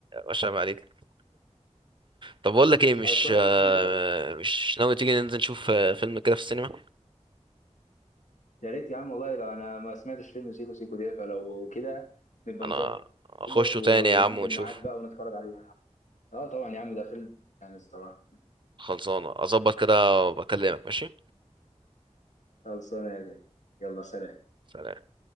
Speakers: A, on the right; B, on the left.
A: مش عيب عليك طب بقول لك ايه مش
B: خلصان يا
A: آه،
B: عم بقولك
A: مش ناوي تيجي ننزل نشوف آه، فيلم كده في السينما
B: يا ريت يا عم والله لو انا ما سمعتش فيلم سيكو سيكو ده فلو كده نبقى
A: انا اخشه
B: نظبط وانزل
A: تاني يا عم ونشوف
B: معاك بقى ونتفرج عليه اه طبعا يا عم ده فيلم يعني الصراحه
A: خلصانه اظبط كده وبكلمك ماشي
B: خلصانه يا جاي يلا سلام
A: سلام